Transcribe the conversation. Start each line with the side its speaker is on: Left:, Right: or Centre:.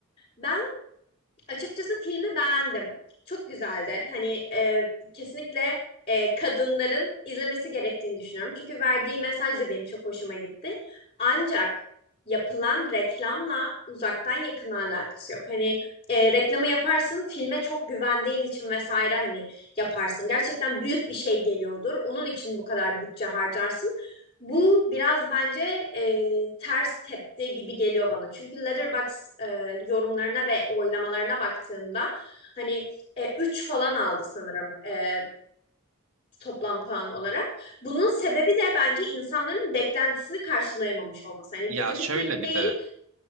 Left: Ben açıkçası filmi beğendim. Çok güzeldi. Hani e, kesinlikle e, kadınların izlemesi gerektiğini düşünüyorum. Çünkü verdiği mesaj da benim çok hoşuma gitti. Ancak yapılan reklamla uzaktan yakın alakası yok. Hani e, reklamı yaparsın, filme çok güvendiğin için vesaire hani yaparsın. Gerçekten büyük bir şey geliyordur. Onun için bu kadar bütçe harcarsın. Bu biraz bence e, ters tepti gibi geliyor bana. Çünkü Letterboxd e, yorumlarına ve oylamalarına baktığımda hani üç e, falan aldı sanırım e, toplam puan olarak. Bunun sebebi de bence insanların beklentisini karşılayamamış olması. Hani
Right: Ya
Left: kötü
Right: şöyle
Left: bir film değil.
Right: bir de